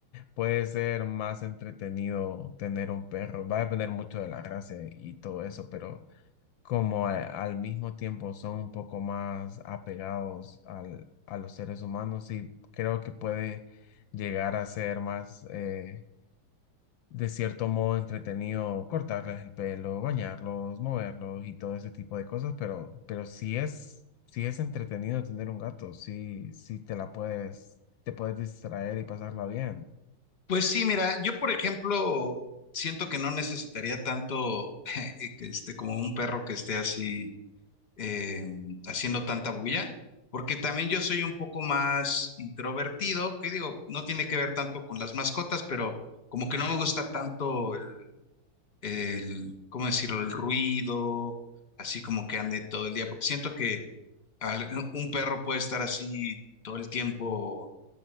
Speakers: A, on the left; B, on the left.
A: puede ser más entretenido tener un perro. Va a depender mucho de la raza y todo eso, pero como a- al mismo tiempo son un poco más apegados al- a los seres humanos y creo que puede llegar a ser más... eh, de cierto modo entretenido cortarles el pelo, bañarlos, moverlos y todo ese tipo de cosas, pero, pero sí es, sí es entretenido tener un gato, sí, sí te la puedes, te puedes distraer y pasarla bien.
B: Pues sí, mira, yo por ejemplo siento que no necesitaría tanto <laughs> que esté como un perro que esté así eh, haciendo tanta bulla, porque también yo soy un poco más introvertido, que digo, no tiene que ver tanto con las mascotas, pero como que no me gusta tanto el, el, ¿cómo decirlo? El ruido, así como que ande todo el día, porque siento que al- un perro puede estar así todo el tiempo